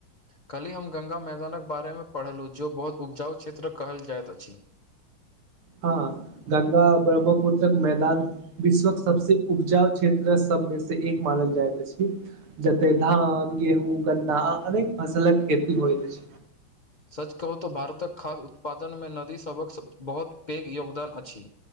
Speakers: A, on the left; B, on the right.
A: कल्हि हम गंगा मैदानक बारेमे पढ़लहुँ जे बहुत उपजाउ क्षेत्र कहल जाइत अछि
B: हँ गंगा ब्रह्मपुरत्रक मैदान विश्वक सबसे उपजाउ क्षेत्र सबमे से एक मानल जाइत अछि जते धान गेहूँ गन्नाा आ अनेक फसलक खेती होइत अछि
A: सच कहू तऽ भारतक खाद्य उत्पादनमे नदीसभक बहुत पैघ योगदान अछि